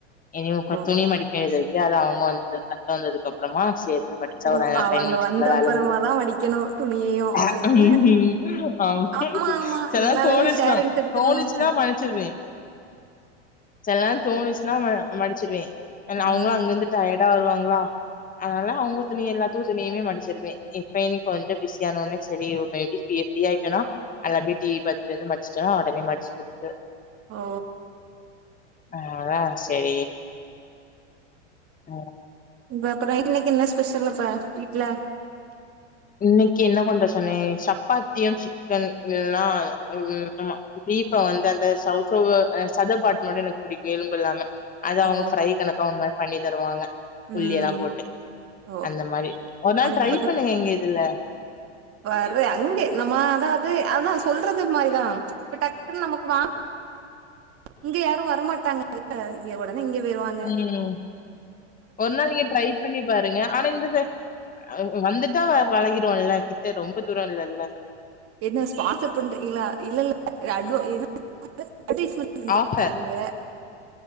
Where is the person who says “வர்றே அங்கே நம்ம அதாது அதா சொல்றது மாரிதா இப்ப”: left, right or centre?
Right